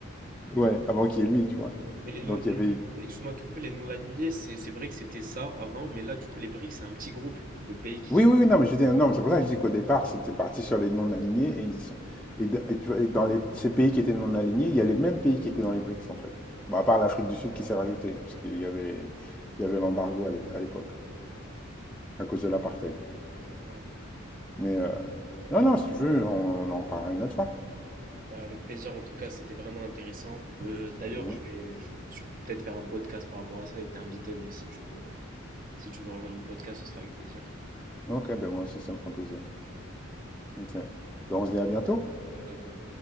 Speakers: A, in the centre; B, on the right.
A: Ouais, avant qu'il y ait lui, tu vois.
B: Mais les
A: Donc,
B: non,
A: il
B: les
A: y avait,
B: non- euh, excuse-moi de te couper, les non-alignés, c'est c'est vrai que c'était ça avant, mais là, du coup, les BRICS, c'est un petit groupe de pays qui
A: Oui,
B: sont.
A: oui, oui, non, mais je dis, non, mais c'est pour ça que je dis qu'au départ, c'était parti sur les non-alignés. Et, ils sont- et d- et tu vois, et dans les, ces pays qui étaient non-alignés, il y a les mêmes pays qui étaient dans les BRICS, en fait. Bon, à part l'Afrique du Sud qui s'est rajoutée, puisqu'il y avait les- il y avait l'embargo à l'ép- à l'époque, à cause de l'apartheid.
B: Ouais.
A: Mais euh, non, non, si tu veux, on, en parlera une autre fois.
B: Bah, avec plaisir, en tout cas, c'était vraiment intéressant. Euh, d'ailleurs,
A: Mhm.
B: je vais, je vais sur- peut-être faire un podcast par rapport à ça et t'es invité, donc si tu veux, si tu veux rejoindre mon podcast, ce sera avec plaisir.
A: Ok, ben moi aussi, ça me fera plaisir. Ok. Ben, on se dit à bientôt.
B: À bientôt.